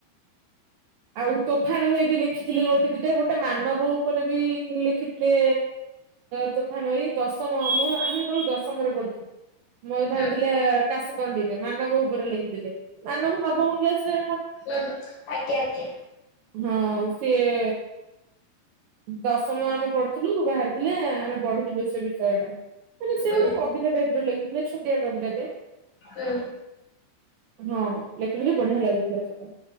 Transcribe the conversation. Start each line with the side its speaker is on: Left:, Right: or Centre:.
Right: ଆଉ ତୋଫାନୁହେ ବି ଲେଖିଥିଲେ ଗୋଟେ ଦିଟା ଗୋଟେ ମାନବ ଉପରେ ବି ଲେଖିଥିଲେ। ତୋଫାନ ଏଇ ଦଶମ ମୁଁ ଆମେ ସେତେବଳୁ ଦଶମରେ ପଢୁଥିଲୁ। ମୁଁ ବାହାରିଥିଲା
Left: ହୁଁ,
Right: କାଶଦଣ୍ଡିରେ ମାନବ ଉପରେ ଲେଖିଥିଲେ ମାନବ ନବମ ଵିଆସରେ
Left: ହୁଁ ଆଜ୍ଞା ଆଜ୍ଞା।
Right: ହୁଁ ସିଏ ଦଶମ ଆମେ ପଢିଥିଲୁ ବାହାରିଥିଲେ ଆମେ ପଢିଥିଲୁ ସେ ବିଷୟ ଟା ମାନେ ସେ
Left: ହୁଁ,
Right: ଗୋଟେ କବିତା ଟାଇପରେ ଲେଗିଥିଲେ ଛୋଟିଆ କବିକାଟେ
Left: ହୁଁ
Right: ହଁ ଲେଖିଦେଲେ ବଢ଼ିଆ ଲାଗୁଥିଲା ସେଟା।